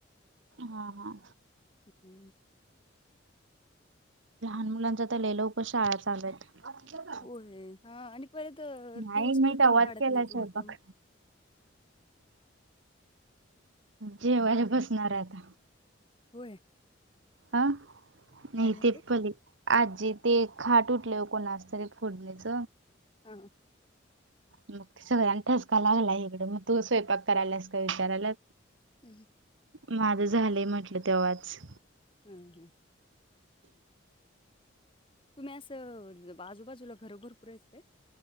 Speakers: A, on the right; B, on the left.
A: हां हां
B: हम्मं
A: मुलांच तरं लंय लवकरं शाळां चालूं हेतं.
B: होय हा आणि परत अ,
A: नाहीं
B: दिवसभर
A: मी
B: दम
A: तवांच
B: काढत
A: केलां
B: नाहीत
A: आहे
B: हो
A: स्वयंपाक
B: दम
A: जेवायंला बसणारं आहे
B: होयं
A: हां नाहीं
B: म्हणतात
A: ते पले आजी ते खांट उठले कोणाचं तरी फोडणीच
B: हां
A: मंग ते सगळयांना ठसकां लागलाय इकडे मंग तूं स्वयंपाक करायंलास कां विचारयला
B: हम्मं
A: माझं झालंय म्हटलं तेव्हांच
B: हम्मं हम्मं तुम्हीं असं बाजूंबाजूंला घरं भरंपूर आहेतं कायं